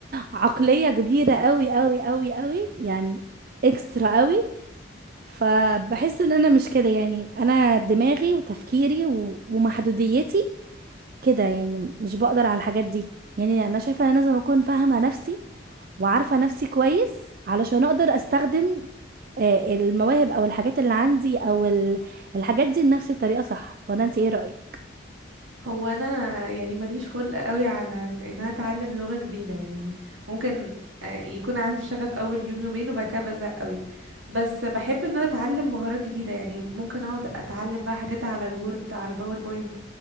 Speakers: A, on the right; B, on the right.
A: عقلية كبيرة قوي قوي قوي قوي يعني اكسترا قوي فبحس ان انا مش كده يعني انا دماغي وتفكيري و- ومحدوديتي كده يعني مش بقدر على الحاجات دي يعني انا شايفة ان انا لازم اكون فاهمة نفسي وعارفة نفسي كويس علشان اقدر استخدم آه، المواهب او الحاجات اللي عندي او ال- الحاجات دي لنفسي بطريقة صح ولا انت ايه رأيك
B: هو انا يعني ماليش خلق قوي على ان انا اتعلم لغة جديدة يعني ممكن آه، يكون عندي شغف اول يوم يومين وبعد كده بزهق قوي بس بحب ان انا اتعلم مهارات جديدة يعني ممكن اقعد اتعلم بقى حاجات على الوورد على الباوربوينت